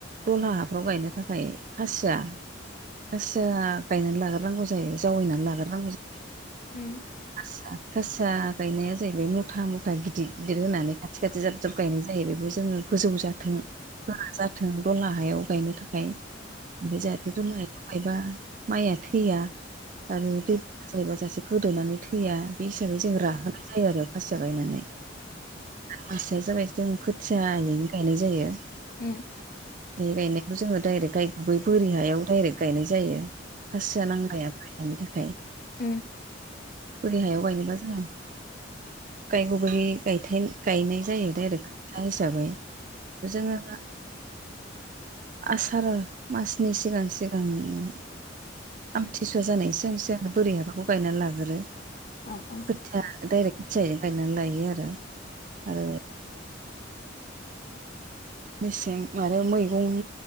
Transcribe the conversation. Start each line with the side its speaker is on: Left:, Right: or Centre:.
Right: दलहा हाफ्राव गायनो थाखाय खासिया खासिया गायनानै लाग्रोनांगौ जावैनानै लाग्रनांगौ जायो
Left: उम
Right: खासा खासा गायनाया जाहैबाय मथा मथा गिदिर गिदिर होनानै खाथि खाथि जाब जाब गायनाय जायो बेखौ जोंङो गोजौ जाथों होआ जाथों दला हायाव गायनो थाखाय आ ओमफ्राय जाहाथे दल हायाव गायबा माइआ थैया आरो दै हासायबाजासे गोदोनानै थैया बे हिसाबै जों राहोनाय जायो आरो खासिया गायनानै खासेया जाबाय जों खोथियायैनो गायनाय जायो
Left: उम
Right: गायनायखौ जोंङो दडाइरेक्ट गाय गुबै बोरि हायाव दडाइरेक्ट गायनाय जायो खासिआ नांलाया बानि थाखाय
Left: उम
Right: बोरि हायाव गायनोबा जोंङो गायगुबै गाय गायनाय जायो डरेक्ट खोथिया हिसाबै जोंङो <unintelligible>
Left: <inaudible>
Right: आसार मासनि सिगां सिगांनो आमथिसुव जानाय इसेबां एसे आंङो बोरै हाबाखौ गायनानै लागोरो
Left: औ औ
Right: खोथिया डायरेक्ट खोथियैनो गायनानै लायो आरो आरो
Left: <inaudible>
Right: मेसें आरो मैगं